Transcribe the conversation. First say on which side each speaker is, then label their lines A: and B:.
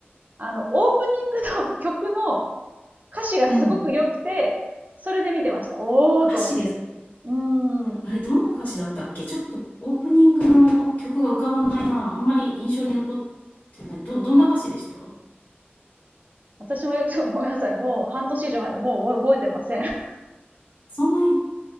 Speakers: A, on the right; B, on the left.
A: あの、オープニングの曲の歌詞がすごく良くて、
B: うん。
A: それで見てました。おーと思って。
B: 歌詞ですか
A: うーん。
B: あれ、どんな歌詞だったっけ？ちょっとオープニングの曲が浮かばないな。あんまり印象に残ってない。どどんな歌詞でした？
A: 私もよく、ごめんなさい。もう半年以上前まで、もう覚えてません。<laughs>
B: そんなに